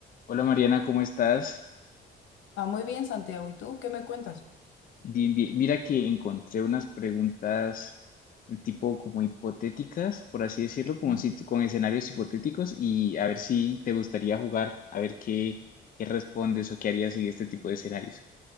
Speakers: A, on the left; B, on the left.
A: Hola Mariana, ¿cómo estás?
B: Ah, muy bien, Santiago. ¿Y tú qué me cuentas?
A: Bien, bien. Mira que encontré unas preguntas tipo como hipotéticas, por así decirlo, como
B: Sí.
A: si, con escenarios hipotéticos y a ver si te gustaría jugar, a ver qué, qué respondes o qué harías en este tipo de escenarios.